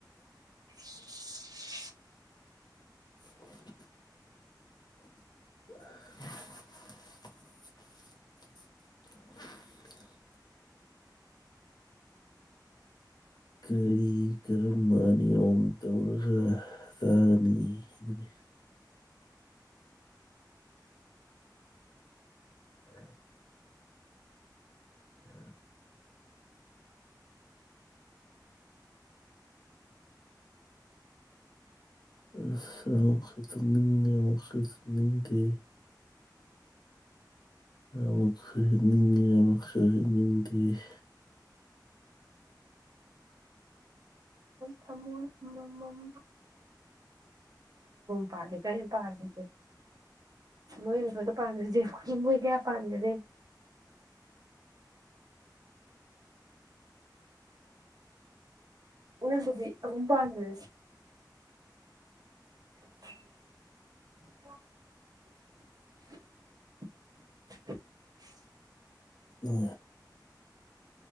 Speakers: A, on the right (about 55°); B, on the left (about 65°).
A: ꯍ
B: <unintelligible> <inaudible> ꯀꯔꯤ ꯀꯔꯝꯕ ꯅꯤꯌꯣꯝ ꯇꯧꯔꯒ ꯆꯥꯒꯅꯤ ꯑꯗꯨꯅꯤ <inaudible> <inaudible> ꯑꯁꯈꯛꯇꯅꯤ ꯑꯃꯈꯛꯇꯅꯤ ꯗꯦ ꯑꯃꯨꯛ ꯁꯍꯤꯅꯤꯦ ꯑꯃꯛ ꯁꯍꯤꯦꯅꯤ ꯗꯒꯤ
A: ꯊꯃꯣꯏ ꯃꯃꯝ ꯄꯥꯜꯂꯤꯦ ꯀ ꯄꯥꯜꯂꯤꯁꯦ ꯊꯃꯣꯏꯅꯗ ꯄꯥꯗꯁꯦ ꯊꯃꯣꯏ ꯀꯌꯥ ꯄꯥꯟꯗꯗꯦ ꯎꯅ ꯀꯣꯕꯤꯒꯨꯝꯄꯥꯗ <inaudible>
B: ꯎ